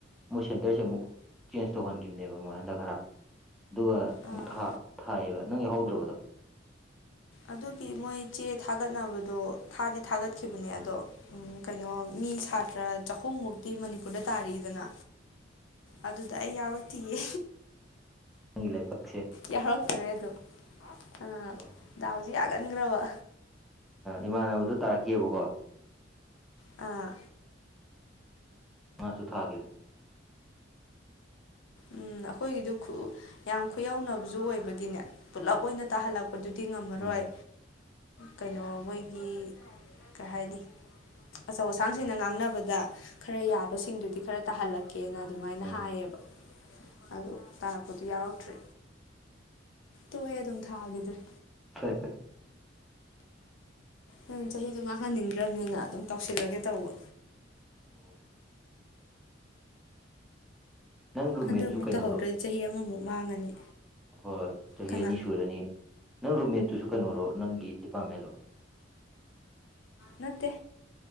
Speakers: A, in the centre; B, on the left.
A: ꯃꯣꯏ ꯁꯦꯟꯇꯔꯁꯦ ꯑꯃꯨꯛ ꯆꯦꯟꯖ ꯇꯧꯍꯟꯈꯤꯕꯅꯦꯕ ꯃꯣꯏ ꯍꯟꯗꯛ ꯈꯔ ꯑꯗꯨꯒ ꯑꯃꯨꯛ
B: ꯑꯥ
A: ꯊꯥ ꯕꯅꯦꯕ ꯅꯪ ꯌꯥꯎꯍꯧꯗ꯭ꯔꯕꯗꯣ
B: ꯑꯗꯨꯒꯤ ꯃꯣꯏ ꯆꯦ ꯊꯥꯒꯠꯅꯕꯗꯣ ꯊꯥꯗꯤ ꯊꯥꯒꯠꯈꯤꯕꯅꯦ ꯑꯗꯣ ꯎꯝ ꯀꯩꯅꯣ ꯃꯤ ꯁꯥꯇ꯭ꯔ ꯆꯍꯨꯝꯃꯨꯛꯇꯤ ꯃꯅꯤꯄꯨꯔꯗ ꯇꯥꯔꯤꯛꯏꯗꯅ
A: <inaudible>
B: ꯑꯗꯨꯗ ꯑꯩ ꯌꯥꯎꯔꯛꯇꯌꯦ
A: ꯅꯪꯒꯤ ꯂꯥꯏꯕꯛꯁꯦ
B: ꯌꯥꯎꯔꯛꯇꯔꯦ ꯑꯗꯨꯝ ꯑꯗꯨꯅ
A: ꯑꯣ
B: ꯗꯥꯎꯁꯦ ꯌꯥꯒꯟꯈ꯭ꯔꯕ
A: ꯏꯃꯥꯟꯅꯕꯗꯣ ꯇꯥꯔꯛꯈꯤꯌꯦꯕꯀꯣ
B: ꯑꯥ
A: ꯃꯥꯁꯨ ꯊꯥꯈꯤꯕꯅꯦ
B: ꯎꯝ ꯑꯩꯈꯣꯏꯒꯤꯗꯨ ꯌꯥꯝ ꯈꯨꯌꯧꯅꯕꯁꯨ ꯑꯣꯏꯕꯒꯤꯅꯦ ꯄꯨꯂꯞ ꯑꯣꯏꯅ ꯇꯥꯍꯜꯂꯛꯄ ꯑꯗꯨꯗꯤ ꯉꯝꯃꯔꯣꯏ
A: ꯎꯝ
B: ꯀꯩꯅꯣ ꯃꯣꯏꯒꯤ ꯀꯩ ꯍꯥꯏꯅꯤ ꯑꯆꯧ ꯑꯁꯥꯡꯁꯤꯡꯅ ꯉꯥꯡꯅꯕꯗ ꯈꯔ ꯌꯥꯕꯁꯤꯡꯗꯨꯗꯤ ꯈꯔ ꯇꯥꯍꯜꯂꯛꯀꯦ ꯀꯦꯅ ꯑꯗꯨꯃꯥꯏꯅ
A: ꯎꯝ
B: ꯍꯥꯏꯌꯦꯕ ꯑꯗꯣ ꯇꯥꯔꯛꯄꯗꯨꯣ ꯌꯥꯎꯔꯛꯇ꯭ꯔꯦ ꯇꯣꯛꯑꯦ ꯑꯗꯨꯝ ꯊꯥꯈꯤꯗ꯭ꯔꯦ
A: ꯐꯔꯦ ꯐꯔꯦ
B: ꯅ ꯆꯍꯤꯗꯣ ꯃꯥꯡꯍꯟꯅꯤꯡꯗ꯭ꯔꯕꯅꯤꯅ ꯑꯗꯨꯝ ꯇꯧꯁꯤꯜꯂꯒꯦ ꯇꯧꯕ
A: ꯑꯣ ꯅꯪ ꯔꯨꯝꯃꯦꯠꯁꯨ
B: ꯍꯟꯗꯛ ꯑꯃꯨꯛ
A: ꯀꯩꯅꯣꯔꯣ
B: ꯇꯧꯍꯧꯗ꯭ꯔꯗꯤ ꯆꯍꯤ ꯑꯃꯃꯨꯛ ꯃꯥꯡꯉꯅꯤ
A: ꯍꯣꯏ ꯆꯍꯤ
B: ꯀꯅꯥ
A: ꯑꯅꯤ ꯁꯨꯔꯅꯤ ꯅꯪ ꯔꯨꯝꯃꯦꯠꯇꯨꯁꯨ ꯀꯩꯅꯣꯔꯣ ꯅꯪꯒꯤ ꯗꯤꯄꯥꯔꯠꯃꯦꯟꯂꯣ
B: ꯅꯠꯇꯦ